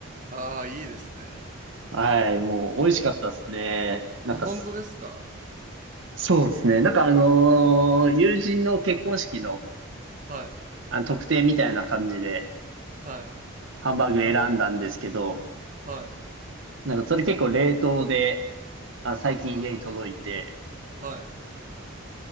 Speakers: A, on the right; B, on the right.
A: ああ、いいですね。
B: はい、もう美味しかったですね。なんかす、
A: あ、本当ですか
B: そうですね。なんかあのー友人の結婚式の、
A: はい。
B: あの特典みたいな感じで
A: はい。
B: ハンバーグ選んだんですけど、
A: はい。
B: なんかそれ結構冷凍で、あ、最近家に届いて、
A: はい。